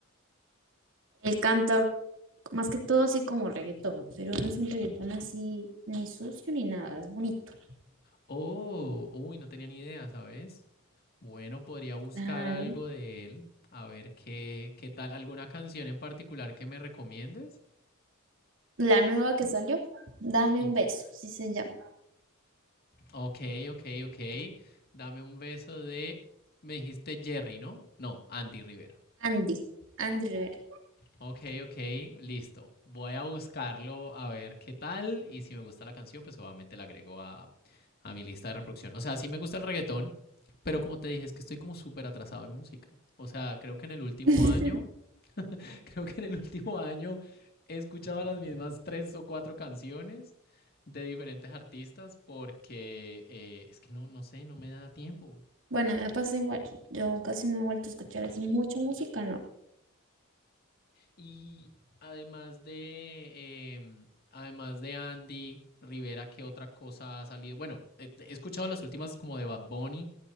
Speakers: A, on the right; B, on the left.
A: Él canta más que todo así como reggaetón, pero no es un reggaetón así ni sucio ni nada, es bonito.
B: Oh, uy, no tenía ni idea, ¿sabes? Bueno, podría buscar
A: Claro.
B: algo de él, a ver qué, qué tal, alguna canción en particular que me recomiendes.
A: La nueva que salió, Dame
B: Y,
A: un beso, sí se llama.
B: ok, ok, ok, dame un beso de, me dijiste Jerry, ¿no? No, Andy Rivera.
A: Andy, Andy Rivera.
B: Ok, ok, listo. Voy a buscarlo a ver qué tal y si me gusta la canción, pues obviamente la agrego a, a mi lista de reproducción. O sea, sí me gusta el reggaetón, pero como te dije, es que estoy como súper atrasado en música. O sea, creo que en el último
A: <laughs>
B: año Creo que en el último año he escuchado las mismas tres o cuatro canciones de diferentes artistas porque eh, es que no, no sé, no me da tiempo.
A: Bueno, me pasa igual. Yo casi no he vuelto a escuchar así mucha música, no.
B: Y además de, eh, además de Andy Rivera, ¿qué otra cosa ha salido? Bueno, eh, he escuchado las últimas como de Bad Bunny